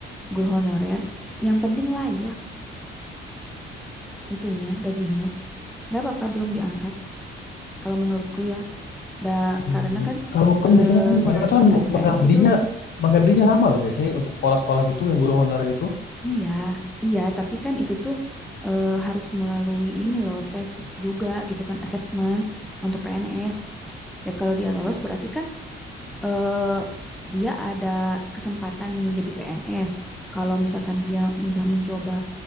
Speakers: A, in the centre; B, on the left.
A: guru honorer yang penting layak itunya gajinya Nggak apa-apa, belum diangkat. Kalau menurutku ya, da,
B: Hmm,
A: karena kan
B: Kalau kan
A: eh,
B: biasanya kan
A: pengangkatan
B: mereka tuh kan
A: PNS
B: mengabdinya
A: itu,
B: mengabdinya lama loh biasanya untuk sekolah-sekolah gitu yang guru honorer itu
A: iya, iya, tapi kan itu tuh eh, harus melalui ini loh, tes juga gitu kan, asesmen untuk PNS. Ya kalau dia lolos berarti kan eh, dia ada kesempatan menjadi PNS. Kalau misalkan dia mudah mencoba